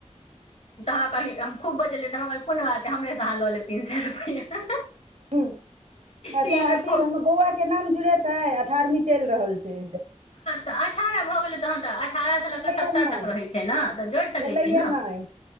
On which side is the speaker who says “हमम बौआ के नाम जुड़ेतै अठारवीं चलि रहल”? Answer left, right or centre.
Right